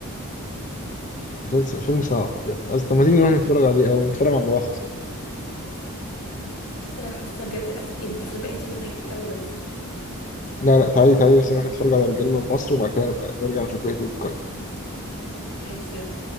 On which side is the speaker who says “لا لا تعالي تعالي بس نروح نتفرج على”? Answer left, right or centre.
Left